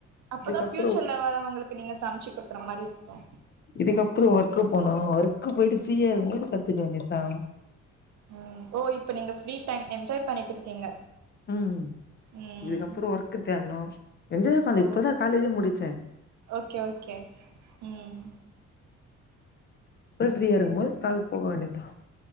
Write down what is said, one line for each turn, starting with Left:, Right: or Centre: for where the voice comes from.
Right: அப்பதா
Left: இதுக்கப்புறோ
Right: ஃபியூச்சர்ல வரவங்களுக்கு நீங்க சமச்சி குடுக்குற மாரி இருக்கு
Left: இதுக்கப்புறோ ஒர்க்கு போனு ஒர்க்கு போயிட்டு ஃப்ரீயா இருக்கும் போது கத்துக்க வேண்டியதா
Right: ம் ஓ இப்ப நீங்க ஃப்ரீ டைம் என்ஜாய் பண்ணிட்டு இருக்கீங்க
Left: ம்
Right: ம்
Left: இதுக்கப்புறோ ஒர்க்கு தேட்ணு என்ஜாய் பண்ல
Right: ஓ
Left: இப்பதா காலேஜே முடிச்ச
Right: ஓகே ஓகே ம்
Left: அப்ற ஃப்ரீயா இருக்கும்போது கால் போக வேண்டியதா